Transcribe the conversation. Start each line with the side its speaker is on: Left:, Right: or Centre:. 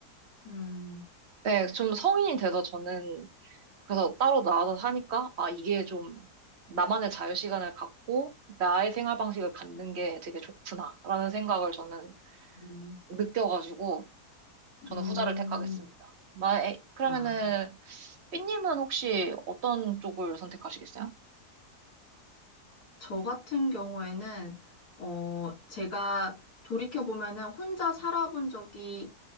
Left: 음,
Right: 네, 좀 성인이 돼서 저는 그래서 따로 나와서 사니까 아 이게 좀 나만의 자유 시간을 갖고 나의 생활 방식을 갖는 게 되게 좋구나라는 생각을 저는
Left: 음,
Right: 느껴가지고 저는
Left: 음.
Right: 후자를 택하겠습니다. 마, 에, 그러면은
Left: 아,
Right: 삐님은 혹시 어떤 쪽을 선택하시겠어요?
Left: 저 같은 경우에는, 어, 제가 돌이켜보면은 혼자 살아본 적이